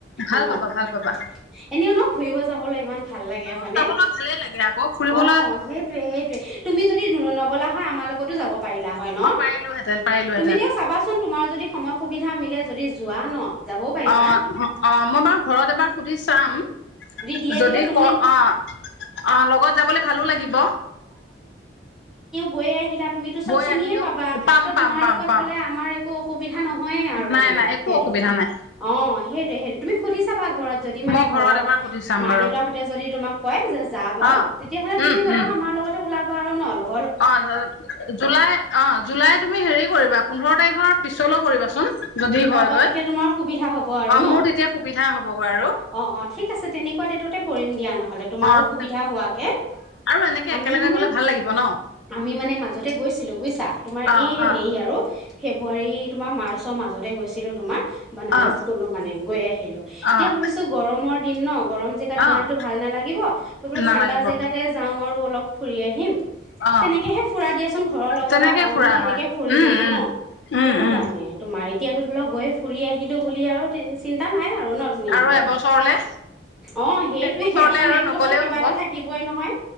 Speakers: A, on the left (about 80°); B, in the centre.
A: ভাল
B: অ'।
A: পাবা ভাল পাবা
B: এনেও ন, ঘুৰিব যাবলৈ ইমান ভাল লাগে
A: ফুৰিব
B: হয়নে?
A: যাবলৈ ভালে লাগে আকৌ ফুৰিবলৈ
B: অ', সেইটোৱে-সেইটোৱে তুমি যদি ন নগ'লা হয় আমাৰ লগতো যাব পাৰিলা হয় ন
A: অ পাৰিলোহেঁতেন পাৰিলোহেঁতেন
B: তুমি এতিয়াওঁ চাবাচোন তোমাৰ যদি সুবিধা মিলে যদি যোৱা ন যাবও পাৰিবা
A: অ অ মই বাৰু ঘৰত এবাৰ সুধি চাম
B: দিয়ে
A: যদি
B: তেতিয়া তুমি
A: ক অ অ লগত যাবলৈ ভালো লাগিব
B: গৈ আহিলা তুমি টো চব
A: গৈ
B: চিনিয়ে
A: আহিলো
B: পাবা
A: পাম
B: তো
A: পাম
B: তোমাৰ
A: পাম
B: লগত
A: পাম
B: গ'লে আমাৰ একো অসু অসুবিধা নহয়ে আৰু
A: নাই
B: মানে
A: নাই একো
B: সেইটো
A: অসুবিধা নাই
B: অ সেইটো সেইটো তুমি সুধি চাবা ঘৰত যদি মানে
A: মই ঘৰত
B: ঘৰৰ
A: এবাৰ সুধি চাম
B: মা
A: বাৰু
B: দেউতা সতে যদি তোমাক কয় যে যা বাৰু
A: অ
B: তেতিয়াহলে তুমি
A: উম
B: যাবা
A: উম
B: আমাৰ লগতে ওলাবা বাৰ <unintelligible> ন অলপ
A: অ জ জুলাই অ জুলাই তুমি হেৰি কৰিবা পোন্ধৰ তাৰিখ পিছলৈ কৰিবাচোন যদি হয়গৈ
B: অ অ তেতিয়া তোমাৰ সুবিধা হ'ব আৰু
A: অ
B: ন
A: মোৰ তেতিয়া সুবিধা হ'বগৈ আৰু
B: অ অ ঠিক আছে তেনেকুৱা ডেটত এ কৰিম দিয়া ন নহলে তোমাৰো
A: অ
B: সুবিধা হোৱাকে
A: আৰু এনেকে
B: আমি
A: একেলগে
B: মানে
A: গ'লে ভাল লাগিব ন
B: আমি মানে মাজতে গৈছিলো বুজিছা তোমাৰ
A: অ',
B: এই
A: অ',
B: হেৰি আৰু ফেব্ৰুৱাৰী তোমাৰ মাৰ্চৰ মাজ মাজতে গৈছিলো তোমাৰ। বানাৰস
A: অ',
B: গলো মানে গৈ আহিলো এতিয়া
A: অ',
B: ভাবিছো গৰমৰ তিন ন গৰম জাগাত গলে
A: অ',
B: ভাল নালাগিব ত বোলো
A: নালাগিব
B: ঠাণ্ডাৰ জাগাতে যাওঁ আৰু অলপ ফুৰি আহিম
A: অ',
B: তেনেকেহে ফুৰা দিয়াচোন ঘৰৰ লগত
A: তেনেকে
B: আৰু আৰুনো
A: ফুৰা
B: কেনেকে
A: হয়
B: ফুৰিম
A: উম,
B: আৰু
A: উম,
B: ন
A: উম,
B: সেইটো
A: উম,
B: কাৰণে তোমাৰ এতিয়া ধৰি লওক গৈ ফুৰি আহিলোঁ বুলি আৰু চিন্তা নাই। সেয়াই আৰু ন ধুনীয়াকে
A: আৰু এবছৰলে
B: অ সেইটোয়ে
A: এক বছৰলে
B: আকৌ
A: আৰু
B: নেক্সট
A: নগলেও
B: বছৰত কিবা
A: হ'ব
B: এটা থাকিবই নহয়